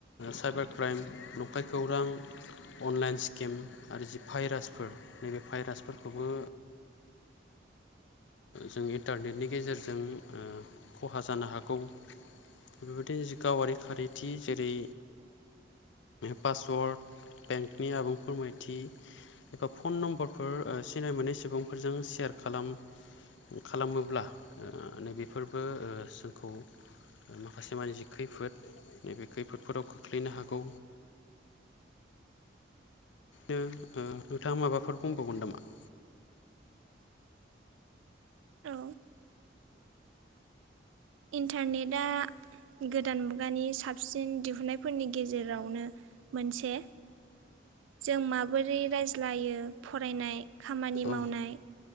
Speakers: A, on the left (about 75°); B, on the right (about 85°).
A: साइबार नंखाय खौरां अनलाइन स्किम आरो जि भाइरासफोर बे भाइरासफोरखौबो जों इन्टारनेटनि गेजेरजों खहा जानो हागौ बेफोरबायदिनो जि गावारि खारैथि जेरै पासवार्ड बेंकनि आबुंफोरमायथि एबा फन नम्बरफोर सिनाय मोनै सुबुंफोरजों सेयार खालाम खालामोब्ला नैबेफोरबो जोंखौ माखासे मानसि खैफोद नैबे खैफोदफोराव खोख्लैनो हागौ नोंथाङा माबाफोर बुंबावगोन नामा
B: औ इन्टारनेटआ गोदान मुगानि साबसिन दिहुननायफोरनि गेजेरावनो मोनसे जों माबोरै रायज्लायो फरायनाय खामानि
A: औ
B: मावनाय